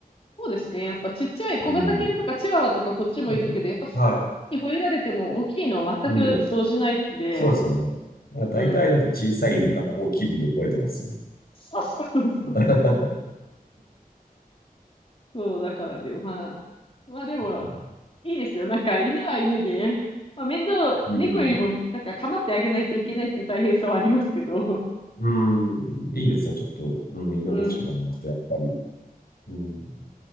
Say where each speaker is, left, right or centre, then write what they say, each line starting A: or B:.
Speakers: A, on the left; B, on the left.
A: そうですね。やっぱちっちゃい小型犬とかチワワとかこっちもいるけど、
B: うん。あと、
A: やっぱ、
B: はい。
A: 吠えられても大きいのは全く動じないんで、
B: うん。そうですよね。なんか大体のって小さい犬が大きい犬に吠えてますよね。
A: うん。そうそうそうそうそう。
B: <laughs>
A: そうだからで、まあ、まあでも、
B: うん
A: いいですよ。なんか犬は犬で、まあ面倒、
B: うん。
A: 猫よりもなんか構ってあげないといけないっていう大変さはありますけど、
B: うん。いいですね。ちょっと、うん、居心地くなりました、
A: うん。
B: やっぱり。うん。